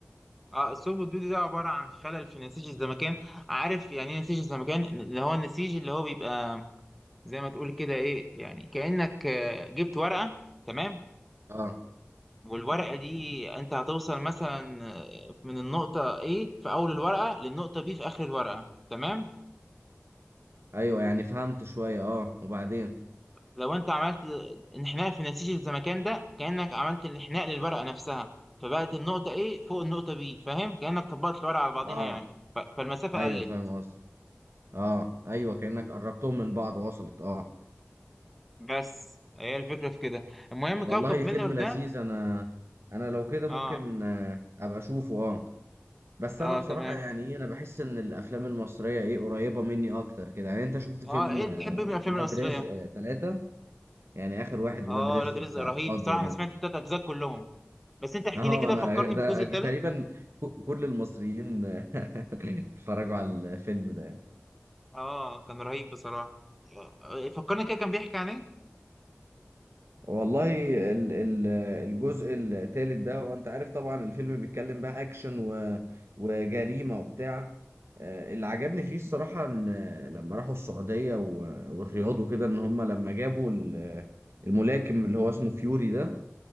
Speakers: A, in the centre; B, on the right.
A: اه الثقب الدودي ده عباره عن خلل في نسيج الزمكان عارف يعني ايه نسيج الزمكان اللي هو النسيج اللي هو بيبقى زي ما تقول كده ايه يعني كانك آه، جبت ورقه تمام
B: اه
A: والورقة دي انت هتوصل مثلا آه، من النقطة A في أول الورقة للنقطة B في آخر الورقة تمام؟
B: ايوه يعني فهمت شوية اه وبعدين
A: لو انت عملت انحناء في نسيج الزمكان ده كأنك عملت الانحناء للورقة نفسها فبقت النقطة A فوق النقطة B فاهم؟ كأنك طبقت الورقة على بعضيها
B: اه
A: يعني ف- فالمسافة
B: ايوه
A: قلت
B: فاهم قصدي اه ايوه كأنك قربتهم من بعض وصلت اه
A: بس هي الفكرة في كده المهم
B: والله
A: كوكب ميلر
B: فيلم
A: ده
B: لذيذ انا انا لو كده
A: اه
B: ممكن آه، ابقى اشوفه اه بس انا
A: اه
B: بصراحه
A: تمام
B: يعني ايه انا بحس ان الافلام المصريه ايه قريبه مني اكتر كده يعني انت شفت فيلم
A: اه ايه
B: آه،
A: بتحب ايه من الأفلام
B: ولاد
A: المصرية؟
B: رزق آه، ثلاثة يعني اخر واحد
A: اه
B: ولاد رزق
A: ولاد رزق
B: بتاع
A: رهيب
B: القاضيه
A: بصراحة
B: ده
A: أنا سمعت التلات أجزاء كلهم بس
B: <laughs>
A: انت احكي
B: اه
A: لي كده
B: انا
A: فكرني
B: ده
A: بالجزء التالت
B: تقريبا ك- كل المصريين <laughs> اتفرجوا على الفيلم ده يعني
A: اه كان رهيب بصراحة آه، فكرني كده كان بيحكي عن ايه
B: والله ال- ال- الجزء الثالث ده وانت عارف طبعا الفيلم بيتكلم بقى اكشن و- وجريمة وبتاع آه، اللي عجبني فيه الصراحة ان آه، لما راحوا السعودية و- والرياض وكده ان هم لما جابوا ال- الملاكم اللي هو اسمه فيوري ده